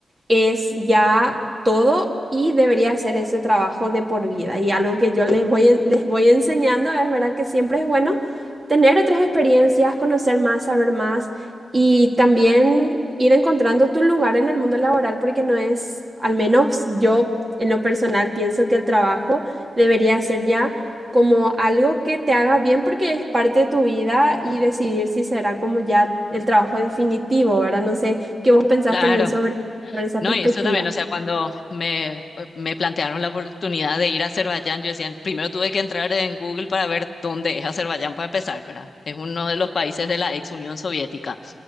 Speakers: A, on the right (about 25°); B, on the left (about 50°).
A: es ya todo y debería hacer ese trabajo de por vida. Y algo que yo les voy, en- les voy enseñando es verdad que siempre es bueno tener otras experiencias, conocer más, saber más y también ir encontrando tu lugar en el mundo laboral porque no es, al menos yo en lo personal pienso que el trabajo debería ser ya como algo que te haga bien porque es parte de tu vida y decidir si será como ya el trabajo definitivo, ¿verdad? No sé qué vos pensás
B: Claro,
A: también sobre por esa
B: no,
A: perspectiva.
B: y eso también, o sea, cuando me, me plantearon la oportunidad de ir a Azerbaiyán, yo decía, primero tuve que entrar en Google para ver dónde es Azerbaiyán para empezar, ¿verdad? Es uno de los países de la ex Unión Soviética.